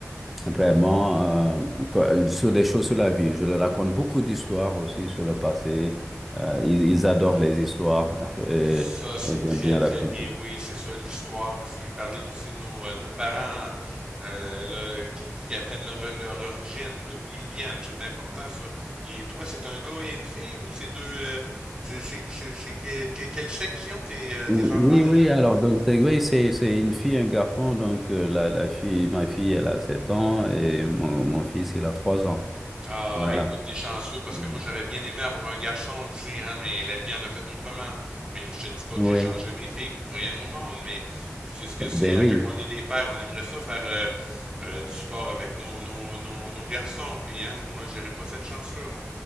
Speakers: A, in the centre; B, on the right.
A: vraiment euh, quoi- sur des choses sur la vie. Je leur raconte beaucoup d'histoires aussi sur le passé. Euh, ils, ils adorent les histoires <laughs> et,
B: Ça, c'est
A: et j'aime
B: très,
A: bien
B: très
A: raconter.
B: bien. Oui, c'est ça, l'histoire aussi. Parler aussi de nos, euh, nos parents, hein, euh, le- qui, qui apprennent leur, leur origine, de où ils viennent. C'est important, ça. Puis toi, c'est un gars et une fille ou c'est deux... euh, c'est, c'est, c'est, c'est que- que- quelle section tes, euh,
A: Oui,
B: tes enfants déjà?
A: oui, alors donc Takeaway, c'est c'est une fille, un garçon. Donc euh, la, la fille, ma fille, elle a 7 ans et mon, mon fils, il a 3 ans.
B: Ah,
A: Voilà.
B: écoute, t'es chanceux parce
A: Oui.
B: que moi j'aurais bien aimé avoir un garçon aussi, hein, mais la vie en a fait autrement. Mais je te dis pas
A: Oui.
B: que j'échangerais mes filles pour rien au monde, mais tu sais ce que c'est,
A: Ben
B: hein,
A: oui.
B: quand on est des pères, on aimerait ça faire euh, euh, du sport avec nos, nos, nos, nos garçons, puis hein, moi j'aurais pas cette chance-là.